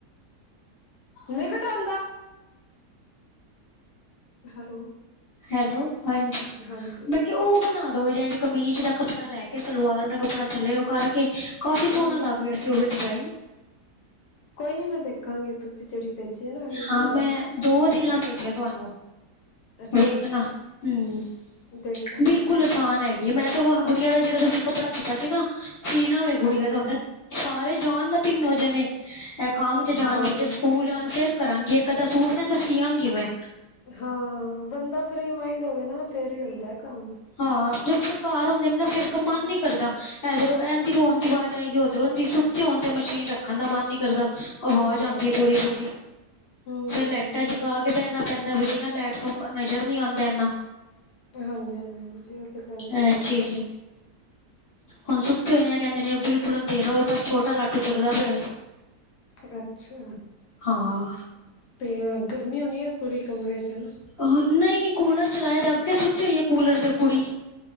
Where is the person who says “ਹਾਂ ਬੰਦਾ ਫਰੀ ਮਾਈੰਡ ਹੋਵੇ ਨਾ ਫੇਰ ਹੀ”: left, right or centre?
Left